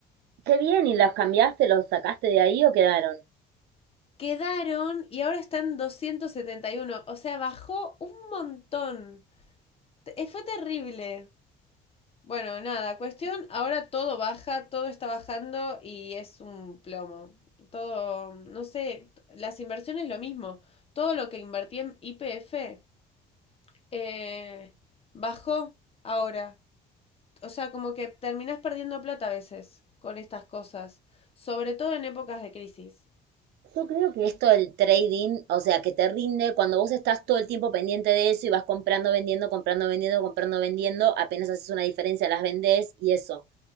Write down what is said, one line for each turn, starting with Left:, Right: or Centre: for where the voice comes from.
Right: Qué bien, ¿y los cambiaste, los sacaste de ahí o quedaron?
Left: Quedaron y ahora están doscientos setenta y uno, O sea, bajó un montón. Te- eh, Fue terrible. Bueno, nada, cuestión, ahora todo baja, todo está bajando y es un plomo. Todo, no sé, las inversiones lo mismo. Todo lo que invertí en YPF eh, bajó ahora. O sea, como que terminás perdiendo plata a veces con estas cosas, sobre todo en épocas de crisis.
Right: Yo creo que esto del trading, o sea, que te rinde cuando vos estás todo el tiempo pendiente de eso y vas comprando, vendiendo, comprando, vendiendo, comprando, vendiendo, apenas haces una diferencia, las vendés y eso.